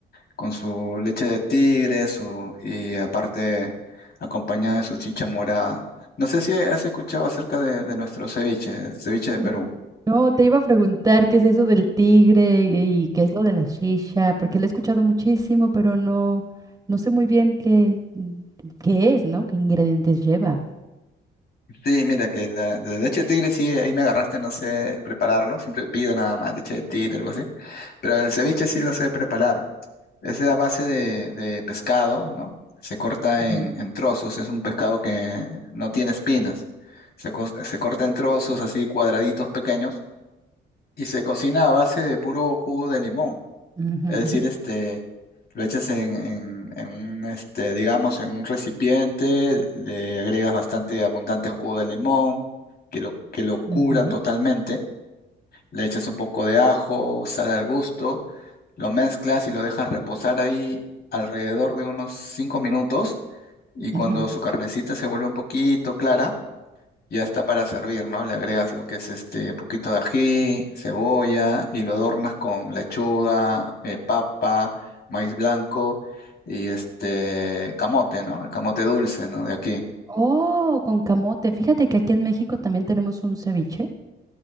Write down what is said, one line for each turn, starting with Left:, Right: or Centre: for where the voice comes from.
Left: con su leche de tigre, su, y aparte acompañado de su chicha morada. No sé si has escuchado acerca de, de nuestro ceviche, el ceviche de
Right: Mm,
Left: Perú.
Right: No, te iba a preguntar qué es eso del tigre y qué es lo de la shisha, porque lo he escuchado muchísimo, pero no, no sé muy bien qué, qué es, ¿no? ¿Qué ingredientes lleva?
Left: Sí, mira, que la de leche de tigre sí, ahí me agarraste, no sé prepararlo, siempre pido nada más leche de tigre, algo así. Pero el ceviche sí lo sé preparar. Es a base de, de pescado, ¿no? Se corta
Right: Ujú.
Left: en, en trozos, es un pescado que no tiene espinas. Se, cos- se corta en trozos así cuadraditos pequeños y se cocina a base de puro jugo de limón.
Right: Ujú,
Left: Es decir,
Right: ujú.
Left: este, lo echas en, en- en un, este, digamos, en un recipiente, le agregas bastante abundante jugo de limón, que lo, que lo cura
Right: Ujú,
Left: totalmente. Le echas un poco de ajo, sal al gusto, lo mezclas y lo dejas reposar ahí alrededor de unos 5 minutos. Y cuando
Right: ujú.
Left: su carnecita se vuelve un poquito clara, ya está para servir, ¿no? Le agregas lo que es este un poquito de ají, cebolla y lo adornas con lechuga, eh, papa, maíz blanco y este camote, ¿no? El camote dulce, ¿no? De aquí.
Right: Oh, con camote. Fíjate que aquí en México también tenemos un ceviche,